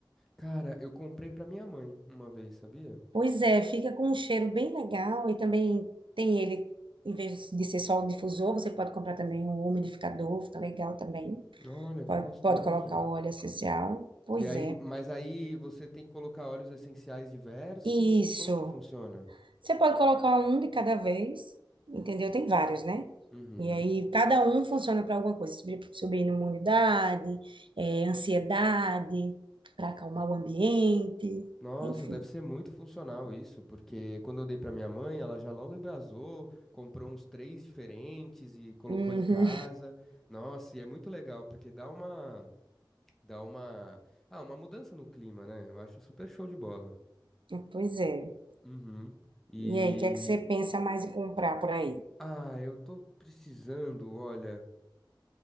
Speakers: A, in the centre; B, on the right.
A: Cara, eu comprei pra minha mãe uma vez, sabia?
B: Pois é, fica com um cheiro bem legal e também tem ele, em vez de ser só o difusor, você pode comprar também um umidificador, fica legal também.
A: Olha,
B: Pode,
A: que gostoso.
B: pode colocar o óleo essencial. Pois
A: E aí,
B: é.
A: mas aí você tem que colocar óleos essenciais diversos.
B: Isso.
A: Como que funciona?
B: Você pode colocar um de cada vez, entendeu? Tem vários, né?
A: Uhum.
B: E aí, cada um funciona para alguma coisa, subir, subir imunidade, eh, ansiedade, para acalmar o ambiente,
A: Nossa,
B: enfim.
A: deve ser muito funcional isso, porque quando eu dei pra minha mãe, ela já logo embrasou, comprou uns três diferentes e colocou
B: Uhum.
A: em casa. Nossa, e é muito legal, porque dá uma, dá uma, ah, uma mudança no clima, né? Eu acho super show de bola.
B: <laughs> Pois é.
A: Uhum. E,
B: E aí, o que é que você pensa mais em comprar por aí?
A: Ah, eu tô precisando, olha,